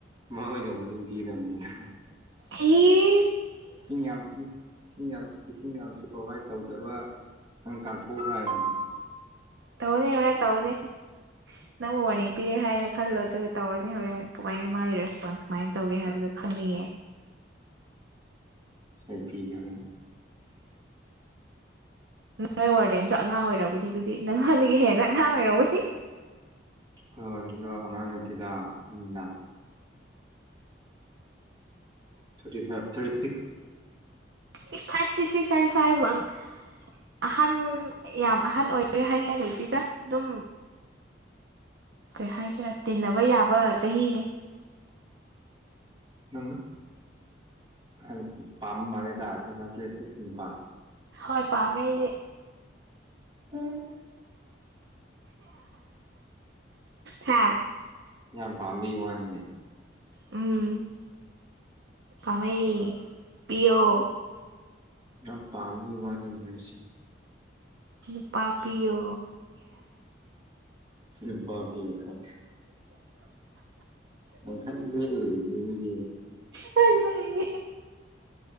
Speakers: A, on the right; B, on the right.
A: ꯃꯥ ꯑꯣꯏꯅ ꯋꯥꯔꯅꯤꯡ ꯄꯤꯗꯝꯅꯤꯅꯦ
B: ꯑꯩ
A: ꯏꯁꯤꯡ ꯌꯥꯝ ꯏꯁꯤꯡ ꯌꯥꯝ ꯏꯁꯤꯡ ꯌꯥꯝꯁꯨ ꯄ꯭ꯔꯣꯚꯥꯏꯠ ꯇꯧꯗꯕ ꯅꯪ ꯇꯥꯟꯊꯣꯛꯎꯔꯥ ꯍꯥꯏꯅꯅꯦ
B: ꯇꯧꯒꯅꯤ ꯍꯣꯔꯦꯟ ꯇꯧꯒꯅꯤ ꯅꯪꯕꯨ ꯋꯥꯔꯅꯤꯡ ꯄꯤꯔꯦ ꯍꯥꯏꯅ ꯈꯜꯂꯣ ꯑꯗꯨ ꯇꯧꯔꯅꯤ ꯍꯣꯔꯦꯟ ꯀꯃꯥꯏꯅ ꯃꯥꯒꯤ ꯔꯦꯁꯄꯣꯟꯁ ꯀꯃꯥꯏ ꯇꯧꯒꯦ ꯍꯥꯏꯕꯗꯣ ꯈꯪꯅꯤꯡꯉꯦ
A: ꯑꯩ ꯄꯤꯒꯦ ꯍꯣꯔꯦꯟ
B: ꯅꯪꯣꯏ ꯋꯥꯔꯗꯦꯟꯁꯨ ꯑꯉꯥꯡ ꯑꯣꯏꯔꯧꯕꯅꯤ ꯑꯗꯨꯗꯤ ꯅꯪꯉꯣꯟꯗꯒꯤ ꯍꯦꯟꯅ ꯑꯉꯥꯡ ꯑꯣꯏꯔꯝꯒꯅꯤ
A: ꯑꯈꯣꯏ ꯋꯥꯔꯗꯦꯟꯔꯣ ꯑꯉꯥꯡ ꯅꯠꯇꯦꯗ ꯑꯍꯟꯅꯤꯗ ꯊꯥꯔꯇꯤ ꯐꯥꯏꯚ ꯊꯥꯔꯇꯤ ꯁꯤꯛꯁ
B: ꯏꯁ ꯊꯥꯔꯇꯤ ꯁꯤꯛꯁ ꯊꯥꯔꯇꯤ ꯐꯥꯏꯚꯕꯨ ꯑꯪ ꯑꯍꯟ ꯌꯥꯝ ꯑꯍꯟ ꯑꯣꯏꯔꯦ ꯍꯥꯏꯅꯤꯡꯉꯥꯏ ꯂꯩꯇꯦꯗ ꯑꯗꯨꯝ ꯀꯩ ꯍꯥꯏꯁꯤꯔꯥ ꯇꯤꯟꯅꯕ ꯌꯥꯕ ꯆꯍꯤꯅꯤ
A: ꯅꯪ ꯍꯥꯏꯕꯗꯤ ꯄꯥꯝꯕ ꯃꯥꯜꯂꯦꯗ ꯊꯦꯡꯅ ꯇ꯭ꯔꯦꯁꯤꯁꯀꯤ ꯅꯨꯄꯥ
B: ꯍꯣꯏ ꯄꯥꯝꯃꯦ ꯑꯩꯗꯤ
A: ꯎꯝ
B: ꯍꯥ
A: ꯌꯥꯝ ꯄꯥꯝꯕꯩ ꯋꯥꯅꯤꯅꯦ
B: ꯎꯝ ꯄꯥꯝꯃꯦ ꯄꯤꯌꯣ
A: ꯌꯥꯝ ꯄꯥꯝꯕꯒꯤ ꯋꯥꯅꯤꯅꯦ ꯅꯪꯁꯤ
B: ꯅꯨꯄꯥ ꯄꯤꯌꯣ
A: ꯅꯨꯄꯥ ꯄꯤꯌꯣ ꯍꯥꯏ ꯋꯥꯈꯟꯗꯤ ꯂꯣꯏꯅꯗꯦ
B: ꯄꯜꯂꯣꯏ